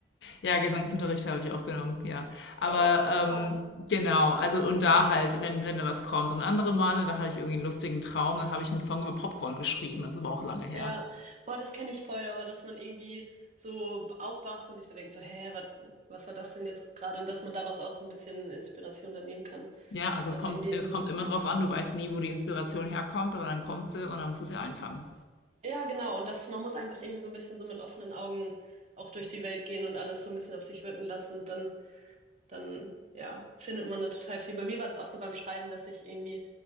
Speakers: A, on the left; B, on the right.
A: Ja, Gesangsunterricht habe ich auch genommen, ja. Aber
B: Boah,
A: ähm,
B: krass.
A: genau, also und da halt, wenn, wenn da was kommt. Und andere Male, da hatte ich irgendwie einen lustigen Traum, dann habe ich einen Song über Popcorn geschrieben. Das ist aber auch lange her.
B: Ja, boah, das kenne ich voll, aber dass man irgendwie so aufwacht und sich so denkt, so, hä, wat, was war das denn jetzt gerade? Und dass man daraus auch so ein bisschen Inspiration dann nehmen kann.
A: Ja, also
B: Aus
A: es kommt,
B: irgendwie
A: es
B: einem,
A: kommt immer drauf an, du weißt nie, wo die Inspiration herkommt, aber dann kommt sie und dann musst du sie einfangen.
B: ja, genau. Und dass man muss einfach irgendwie so ein bisschen so mit offenen Augen auch durch die Welt gehen und alles so ein bisschen auf sich wirken lassen. Und dann dann ja, findet man da total viel. Bei mir war das auch so beim Schreiben, dass ich irgendwie,